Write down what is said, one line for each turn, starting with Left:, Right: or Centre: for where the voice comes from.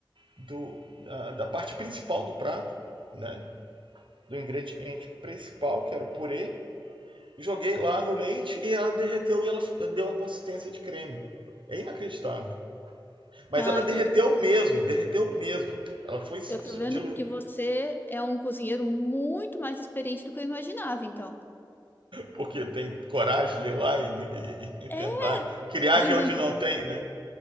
Right: do, da, da parte principal do prato, né? do ingrediente principal, que era o purê, joguei lá no leite e ela derreteu e ela deu a consistência de creme. É inacreditável. Mas
Left: Ah,
Right: ela
Left: então.
Right: derreteu mesmo, derreteu mesmo. Ela foi se
Left: Eu tô vendo
Right: diluir,
Left: que você é um cozinheiro muito mais experiente do que eu imaginava, então.
Right: porque tem coragem de ir lá e, e, e tentar
Left: É,
Right: criar
Left: De
Right: de
Left: inventar.
Right: onde não tem, né?